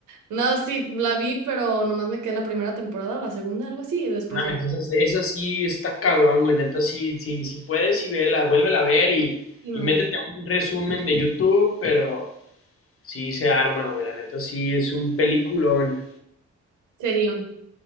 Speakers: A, on the right (about 85°); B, on the left (about 50°).
A: No, sí, la vi, pero nomás me quedé en la primera temporada o la segunda, algo así, y después
B: No
A: ya
B: Mames,
A: la
B: esa, esa sí está cabrón, güey. Neta, sí, sí, sí puedes y vela, vuélvela a ver y,
A: última.
B: y métete a un resumen de YouTube, pero sí se arma, güey. La neta, sí es un peliculón.
A: Serión,